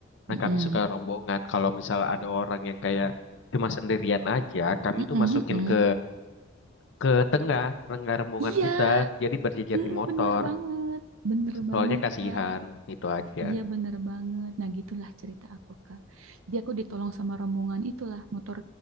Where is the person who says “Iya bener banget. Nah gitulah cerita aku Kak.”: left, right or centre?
Right